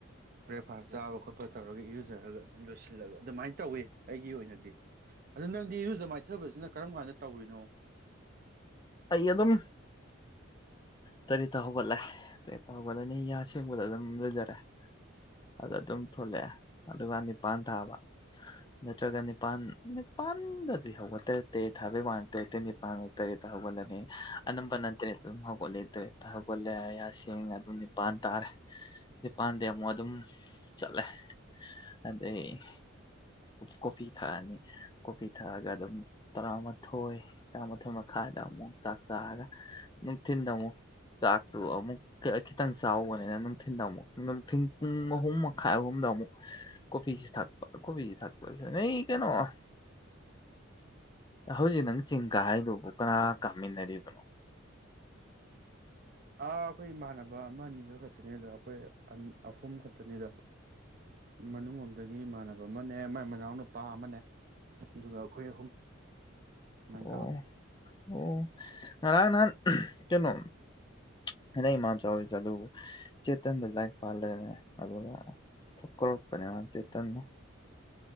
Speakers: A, on the right; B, on the left.
A: ꯕ꯭ꯔꯦꯛꯐꯥꯁ ꯆꯥꯕ ꯈꯣꯠꯄ ꯇꯧꯔꯒ ꯏꯔꯨꯖꯔꯒ ꯑꯗꯨꯝ ꯂꯣꯏꯁꯤꯜꯂꯒ ꯑꯗꯨꯃꯥꯏꯅ ꯇꯧꯋꯤ ꯑꯩꯒꯤ ꯑꯣꯏꯅꯗꯤ ꯑꯗꯨ ꯅꯪꯗꯤ ꯏꯔꯨꯖ ꯃꯥꯏꯊꯕꯁꯤꯅ ꯀꯔꯝ ꯀꯥꯟꯗ ꯇꯧꯔꯤꯅꯣ
B: ꯑꯩ ꯑꯗꯨꯝ ꯇꯔꯦꯠꯇ ꯍꯧꯒꯠꯂꯦ ꯇꯔꯦꯠꯇ ꯍꯧꯒꯠꯂꯅꯤ ꯌꯥꯁꯦꯡꯕꯗ ꯑꯗꯨꯝ ꯂꯣꯏꯖꯔꯦ ꯑꯗ ꯑꯗꯨꯝ ꯊꯣꯜꯂꯛꯑꯦ ꯑꯗꯨꯒ ꯅꯤꯄꯜ ꯊꯥꯕ ꯅꯠꯇ꯭ꯔꯒ ꯅꯤꯄꯥꯜ ꯅꯤꯄꯜꯗꯗꯤ ꯍꯧꯒꯠ ꯇꯔꯦ ꯇꯔꯦꯠ ꯊꯥꯕꯩ ꯋꯥ ꯇꯔꯦꯠꯠꯇ ꯅꯤꯄꯥꯟꯒ ꯇꯔꯦꯠ ꯍꯧꯒꯠꯂꯅꯤ ꯑꯅꯝꯕ ꯅꯠꯇꯦ ꯑꯗꯨꯝ ꯍꯧꯒꯠꯂꯦ ꯍꯧꯒꯠꯂꯦ ꯌꯥ ꯁꯦꯡꯉꯦ ꯑꯗꯨ ꯅꯤꯄꯥꯟ ꯇꯥꯔꯦ ꯅꯤꯄꯥꯟꯗꯦ ꯑꯃꯨꯛ ꯑꯗꯨꯝ ꯆꯠꯂꯦ ꯑꯗꯩ ꯀꯣꯐꯤ ꯊꯛꯑꯅꯤ ꯀꯣꯐꯤ ꯊꯛꯑꯒ ꯑꯗꯨꯝ ꯇꯔꯥꯃꯥꯊꯣꯏ ꯇꯔꯥꯃꯥꯊꯣꯏ ꯃꯈꯥꯏ ꯃꯈꯥꯏꯗ ꯑꯃꯨꯛ ꯆꯥꯛ ꯆꯥꯔꯒ ꯅꯨꯡꯊꯤꯟꯗ ꯑꯃꯨꯛ ꯆꯥꯛꯇꯨ ꯑꯃꯨꯛ ꯈꯤꯇꯪ ꯆꯥꯎꯕꯅꯤꯅ ꯅꯨꯡꯊꯤꯟꯗ ꯑꯃꯨꯛ ꯅꯨꯡꯊꯤꯟ ꯄꯨꯡ ꯑꯍꯨꯝ ꯃꯈꯥꯏ ꯑꯍꯨꯝꯗ ꯑꯃꯨꯛ ꯀꯣꯐꯤꯁꯤ ꯊꯛꯄ ꯀꯣꯐꯁꯤ ꯊꯛꯄꯁꯦ ꯅꯣꯏ ꯀꯩꯅꯣ ꯍꯧꯖꯤꯛ ꯅꯪ ꯆꯤꯡ ꯀꯥ ꯍꯥꯏꯗꯨꯕꯨ ꯅꯥ ꯀꯃꯤ ꯅꯔꯤꯕꯅꯣ
A: ꯑꯥ ꯑꯩꯈꯣꯏ ꯏꯃꯥꯟꯅꯕ ꯑꯃ ꯑꯅꯤꯈ ꯈꯛꯇꯅꯤꯗ ꯑꯩꯈꯣꯏ ꯑꯍꯨꯝ ꯈꯛꯇꯅꯤꯗ ꯃꯅꯨꯡ ꯔꯣꯝꯗꯒꯤ ꯏꯃꯥꯟꯅꯕ ꯑꯃꯅꯦ ꯃ ꯃꯅꯥꯎ ꯅꯨꯄꯥ ꯑꯃꯅꯦ ꯑꯗꯨꯒ ꯑꯩꯈꯣꯏ ꯑꯍꯨꯝ ꯑꯗꯨꯃꯥꯏꯅ
B: ꯑꯣ
A: ꯀꯥꯕꯅꯦ
B: ꯑꯣ ꯉꯔꯥꯡ ꯅꯍꯥꯟ ꯀꯩꯅꯣꯗꯩ ꯏꯃꯥ ꯆꯥꯎꯔꯤꯁꯦ ꯑꯗꯨꯕꯨ ꯆꯦꯇꯟꯗ ꯂꯥꯏꯔꯤꯛ ꯄꯥꯜꯂꯅꯦ ꯑꯗꯨꯒ ꯀꯧꯔꯛꯄꯅꯦ ꯆꯇꯗ